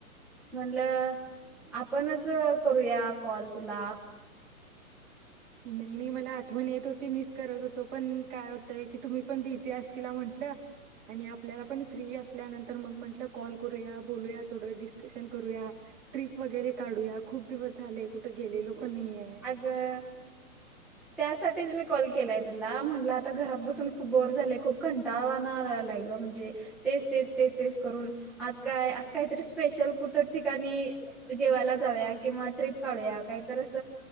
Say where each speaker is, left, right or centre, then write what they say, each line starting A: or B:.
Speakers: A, in the centre; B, on the right (about 20°).
A: म्हणलं आपणच करूया कॉल तुला.
B: नाइ, नाइ मला आठवण येत होती, मिस करत होतो पण काय होतय की तुम्ही पण बिझी असश म्हंट ल आणि आपल्याला पण फ्री असल्यानंतर मग म्हटलं कॉल करूया बोलूया, थोडं डिस्कशन करूया. ट्रिप वगैरे काढूया, खूप दिवस झाले कुठे गेलेलो पण नाइये.
A: अग त्यासाठीच मी कॉल केलाय तुला म्हटलं आता घरात बसून खूप बोर झालंय खूप कंटाळवाणा आलाय नाई ग म्हणजे तेच तेच ते, ते, ते करून आज काय अस कायतर स्पेशल कुठ ठिकाणी जेवायला जाऊया किंवा ट्रीप काढूया कायतर अस